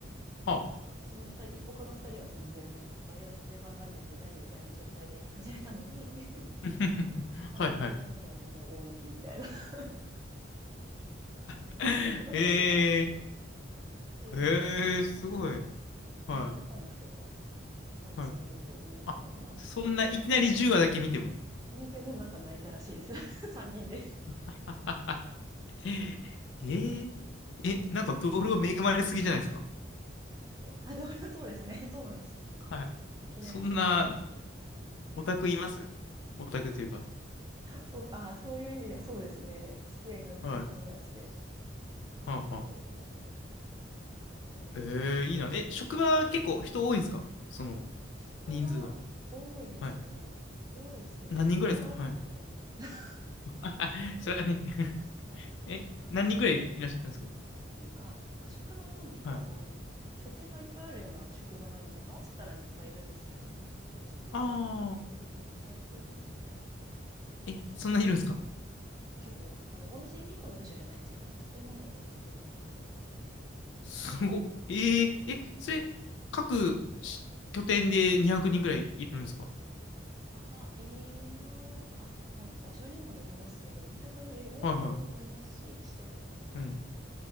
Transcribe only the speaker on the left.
あ。
<laughs>
はい。はい。
<laughs>
え
ー、えー、すごい。
は
い。はい。あ、
そんないきなり10話だけ見ても。
<laughs> えー、え、
なんか同僚恵まれすぎじゃないですか。
はい。
そんな
オタクいますオタクというか。
はい。はあはあ。
えー、
いいな。
え、職場結構人多いんですかその
人数が。はい。
何人ぐらいですかはい。
<laughs> それはね <laughs>
え、
何人ぐらいいらっしゃるんですか
はい。
ああ、
え、
そんないるんですか
すご。えー、
え、それ、各し拠点で200人ぐらいいるんですか
はいは
い。うん。